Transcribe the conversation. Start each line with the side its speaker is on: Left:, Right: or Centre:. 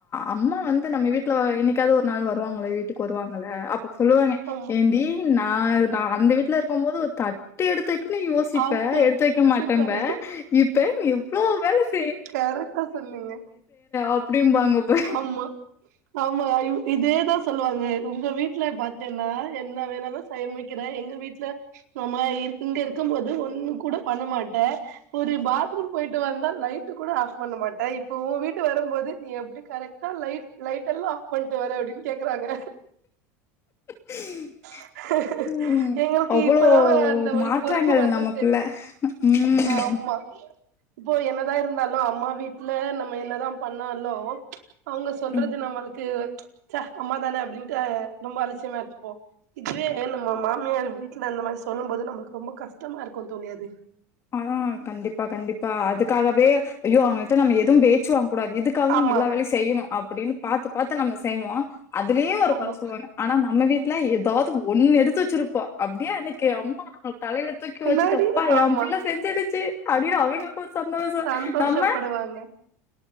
Left: அம்மா வந்து நம்ம வீட்ல இன்னை என்னக்காவது ஒரு நாள் வருவாங்கள வீட்டுக்கு வருவாங்கள அப்போ சொல்லுவாங்க
Right: ஆமா
Left: ஏண்டி நா அந்த வீட்ல இருக்கு போது ஒரு தட்டு எடுத்து த்துக்குன்னு யோசிப்ப
Right: ஆமா
Left: எடுத்து வைக்க மாட்டேன்ப
Right: சூப்பர்
Left: இப்ப நீ எவ்ளோ வேலை செ
Right: கரட்டா சொன்னீங்க
Left: அப்டிம்பாங்க இப்ப
Right: ஆமா ஆமா இதேதா சொல்லுவாங்க உங்க வீட்ல பாத்தேனா என்ன வேணாலு சமைக்கிற எங்க வீட்ல நம்ம ஏ இங்க இருக்கு போது ஒன்னு கூட பண்ண மாட்ட ஒரு பாத்ரூம் போயிட்டு வந்தா லைட் கூட ஆஃப் பண்ண மாட்ட இப்போ உன் வீட்டு வரும்போது நீ எப்டி கரெக்டா லைட் லைட்எல்லாம் ஆஃப் பண்ட்டு வர அப்டின்னு கேட் க்றாங்க
Left: <inaudible>
Right: <inaudible>
Left: ம்
Right: எங்களுக்கு
Left: அவ்ளோ
Right: இப்பதா அந்த ஒரு
Left: மாற்றங்கள்
Right: பொறுப்பு வந்ருக்கு
Left: நமக்குள்ள ம்
Right: ஆமா இப்போ என்னதா இருந்தாலு அம்மா வீட்ல நம்ம என்னதா பண்ணாலோ அவுங்க சொல்றது
Left: ம்
Right: நம்மளுக்கு ச்ச அம்மா தான அப்டின்டு ரொம்ப அலட்சியமா எத்துபோம் இதுவேடயல் நம்ம மாமியார் வீட்ல இந்த மாரி சொல்லு போது நமக்கு ரொம்ப கஷ்டமா இருக்கு தோழி அது
Left: ஆ கண்டிப்பா கண்டிப்பா அதுக்காகவே ஐயோ அவங்ள்ட்ட நம்ம எதுவும் பேச்சு வாங்க கூடாது இதுக்காகவே
Right: ஆமா
Left: நம்ம எல்லா வேலையு செய்யணு அப்டின்னு பாத்து பாத்து நம்ம செய்வோ அதுவே ஒரு
Right: ஆமா
Left: குறை சொல்வாங்க ஆனா நம்ம வீட்ல ஏதாவது ஒண்ணு எடுத்து வச்சிருப் ப்போ அப்டியே அன்னைக்கு அம்மா நா தலையில தூக்கி வச்சுட்டு
Right: என்னாடி
Left: அப்பா
Right: ஆமா
Left: எ பிள்ள செஞ்சிடுச்சு அப்டின்னு அவங்களுக்கு ஒரு சந்தோஷ
Right: சந்தோஷப்படுவாங்க
Left: நம்ம